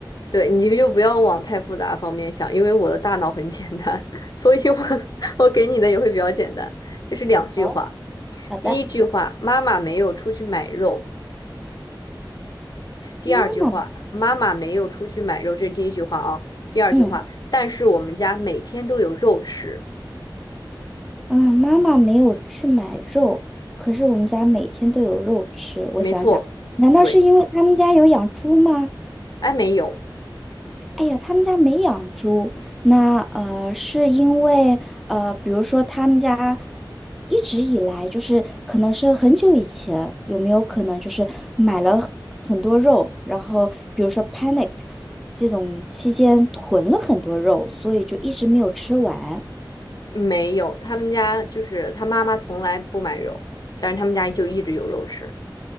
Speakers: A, on the left; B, in the centre.
A: 对，你就不要往太复杂方面想，因为我的大脑很简单，<laughs> 所以我 <laughs> 我给你的也会比较简单，就是两句话。
B: 哦，好的，
A: 第一句话，妈妈没有出去买肉。第二句话，
B: 妈妈，
A: 妈妈没有出去买肉，这是第一句话啊。第二句话，
B: 嗯，
A: 但是我们家每天都有肉吃。
B: 啊，妈妈没有去买肉，可是我们家每天都有肉吃。我想想，
A: 没错，
B: 难道是因为他们家有养猪吗？
A: 对，哎，没有，
B: 哎呀，他们家没养猪，那呃，是因为呃，比如说他们家一直以来就是可能是很久以前，有没有可能就是买了很很多肉，然后比如说 panicked 这种期间囤了很多肉，所以就一直没有吃完。
A: 没有，他们家就是他妈妈从来不买肉，但是他们家就一直有肉吃。